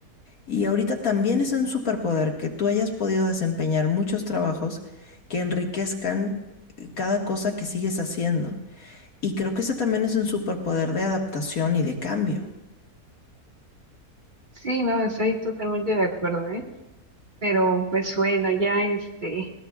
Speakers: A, on the left; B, on the right.
A: Y ahorita también es un superpoder que tú hayas podido desempeñar muchos trabajos que enriquezcan cada cosa que sigues haciendo. Y creo que ese también es un superpoder de adaptación y de cambio.
B: Sí, no, estoy totalmente de acuerdo, ¿eh? Pero pues bueno, ya este...